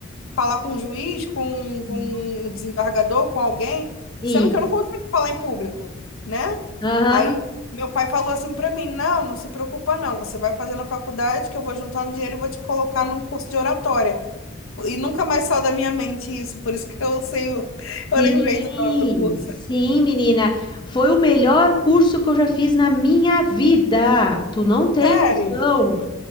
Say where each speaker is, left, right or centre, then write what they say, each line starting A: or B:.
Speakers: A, on the left; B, on the left.
A: falar com um juiz, com, um, com
B: uhum,
A: um desembargador, com alguém,
B: isso.
A: sendo que eu não consigo falar em público, né?
B: Aham,
A: Aí meu pai falou assim pra mim: não, não se preocupa, não, você vai fazer na faculdade que eu vou juntar um dinheiro e vou te colocar num curso de oratória. E nunca mais saiu da minha mente isso, por isso que eu sei, o- <laughs> eu
B: Sim,
A: lembrei do nome do curso.
B: sim, menina. Foi o melhor curso que eu já fiz na minha vida. Tu não tem
A: Sério.
B: noção.